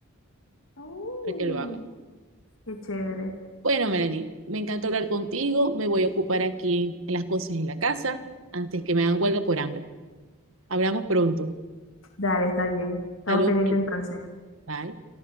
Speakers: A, on the left; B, on the right.
A: Mm,
B: para que lo haga.
A: qué chévere.
B: Bueno, Melanie, me encantó hablar contigo. Me voy a ocupar aquí en las cosas en la casa antes que me hagan huelga por hambre. Hablamos pronto.
A: Dale, está bien. Estamos
B: Saludos
A: pendientes
B: por allá.
A: entonces.
B: Bye.